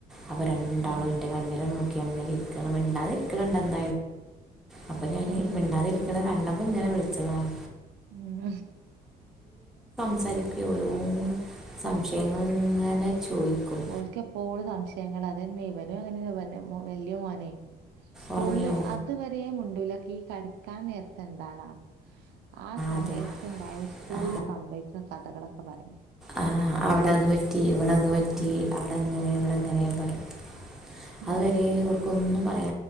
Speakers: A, in the centre; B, on the right.
A: അപ്പ രണ്ടാളു
B: ഉം
A: ഇന്റെ കണ്ടിലു നോക്കി അങ്ങനെ ഇരിക്കാണ് മിണ്ടാത് ഇരിക്കണ് ന്ത അപ്പൊ ഞാന്
B: ആഹ്
A: മിണ്ടാതിരിക്കണ കണ്ടപ്പോ ഇങ്ങനെ വിളിച്ചതാണ്
B: ഉം
A: സാരിക്കെ ഓരോന്ന് സംശയങ്ങള് ഇങ്ങനെ ചോയ്‌ക്കും
B: ഓൽകെപ്പോളും സംശയങ്ങളാ അതെന്നെ ഇവനും അങ്ങൻതന്നേ വല്യയ മോനെ സ്കൂൾ
A: ഉറങ്ങിയോ
B: അതുവരെ മുണ്ടൂല ഇ കടക്കാൻ നേരത്തെഎന്താണാ ആ സമയത്ത്ണ്ടാവും
A: അതെ
B: സ്കൂൾല്
A: ആ
B: സംഭവിച്ച കഥകളൊക്കെ പറയാൻ
A: ആ, അവിടെ അതു പറ്റി ഇവിടെ അതു പറ്റി
B: ആഹ്
A: അവിടെങ്ങനെ
B: അതന്നെ
A: ഇവിടെങ്ങനെ പറയും
B: ഉം
A: അഹ് വരെ ഓൽക് ഒന്നും പ